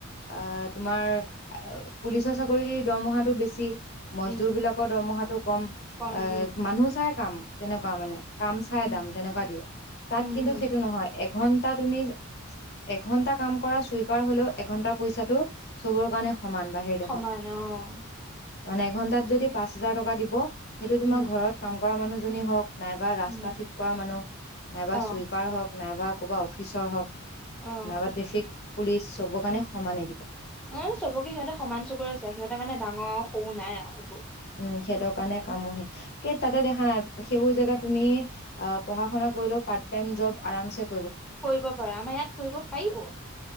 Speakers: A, on the left; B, in the centre.
A: অ তোমাৰ পুলিচৰ চাকৰিৰ দৰমহাটো বেছি মজদুৰ
B: উম
A: বিলাকৰ দৰমহাটো কম
B: কম
A: এ
B: উম
A: মানুহ চাই কাম তেনেকুৱা মানে কাম চাই
B: উম
A: দাম তেনেকুৱা দিয়ে তাত
B: উম
A: কিন্তু
B: উম
A: সেইটো নহয় এঘন্টা তুমি এঘণ্টা কাম কৰা চুইপাৰ হলেও এঘণ্টা পইচাটো চবৰ কাৰণে দেশত
B: সমান অহ
A: মানে এঘণ্টাত যদি পাঁচ হোজাৰ টকা দিব সেইটো তোমাৰ
B: উম
A: ঘৰত কাম মানুহজননে হওক নাইবা ৰাস্তা
B: উম
A: ঠিক কৰা মানুহ নাইবা
B: অ
A: চুইপাৰ হওক নাইবা ক'ৰবা অফিচৰ হওক
B: অ
A: নাইবা টেফিক পুলিচ চবৰ কাৰণে সমানেই দিব।
B: অ', চবকে সিহঁতে সমান চবৰে আছে সিহঁতেৰ মানে ডাঙৰ সৰু নাই আৰু একো।
A: উম সেইটোৰ কাৰণে কামহীন কে তাতে দেখা নাই সেইবোৰ জেগাত তুমি অ', পঢ়া শুনা কৰিলেও পাৰ্ট টাইম জব আৰাম চে
B: কৰিব পাৰে আমাৰ ইয়াত কৰিব পাৰিব।